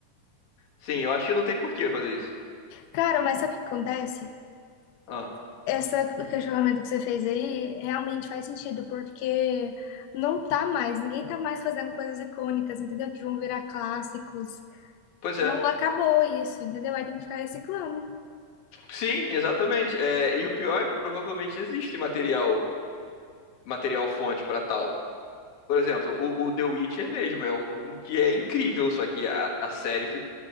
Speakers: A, on the left; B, on the left.
A: Sim, eu acho que não tem porquê fazer isso.
B: Cara, mas sabe o que acontece?
A: Ah,
B: Esse questionamento que você fez aí realmente faz sentido, porque não tá mais, ninguém tá mais fazendo coisas icônicas, entendeu? Que vão virar clássicos.
A: pois é.
B: Não acabou isso, entendeu? Aí tem que ficar reciclando.
A: Sim, exatamente. É, e o pior é que provavelmente existe material material fonte para tal. Por exemplo, o, o The Witcher mesmo é um que é incrível, só que a, a série ficou,